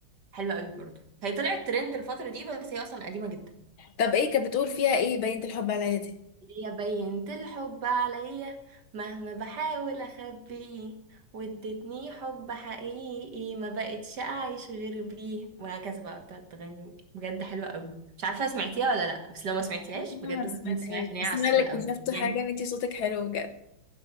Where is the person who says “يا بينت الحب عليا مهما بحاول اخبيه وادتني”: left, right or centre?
Right